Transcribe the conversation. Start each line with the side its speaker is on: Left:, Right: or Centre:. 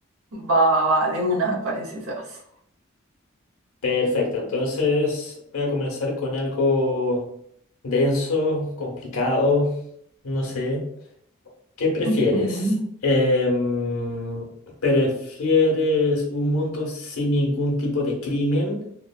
Right: Va, va, va, de una me parece, Sebas.
Left: Perfecto, entonces voy a comenzar con algo denso, complicado, no sé. ¿Qué prefieres?
Right: Ok.
Left: Em, ¿prefieres un mundo sin ningún tipo de crimen,